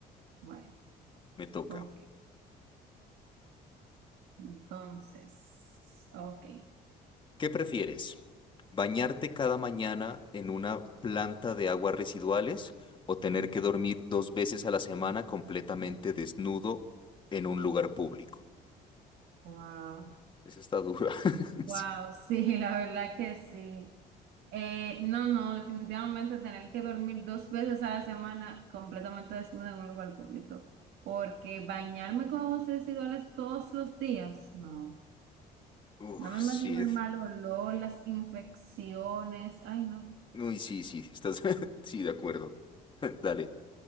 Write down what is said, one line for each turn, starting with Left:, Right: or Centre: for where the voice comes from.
Right: Bueno,
Left: me toca.
Right: ok. Entonces, ok.
Left: ¿Qué prefieres? ¿Bañarte cada mañana en una planta de aguas residuales o tener que dormir dos veces a la semana completamente desnudo en un lugar público?
Right: Wow.
Left: Esa está dura. <laughs>
Right: Wow,
Left: Sí.
Right: sí, <laughs> la verdad que sí. Eh, no, no, definitivamente tener que dormir dos veces a la semana completamente desnuda en un lugar público, porque bañarme con aguas residuales todos los días, no.
Left: Uf,
Right: No me imagino
Left: sí.
Right: el mal olor, las infecciones. Ay, no.
Left: Uy, sí, sí, estás... <laughs> Sí, de acuerdo. <laughs> Dale,